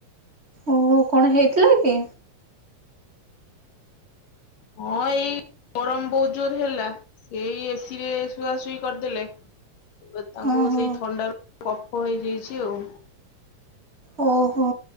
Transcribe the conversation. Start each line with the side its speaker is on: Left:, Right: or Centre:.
Right: ଓ ହୋ କଣ ହେଇଥିଲା କି?
Left: ହଁ ଏଇ ଗରମ ବହୁତ ଜୋର ହେଲା ଏଇ ଏସିି ରେ ଶୁଆ ଶୁଇ କରିଦେଲେ। ତାଙ୍କୁ
Right: ଓହୋ
Left: ସେଇ ଥଣ୍ଡାରୁ କଫ ହେଇଯାଇଛି ଆଉ।
Right: ଓହୋ।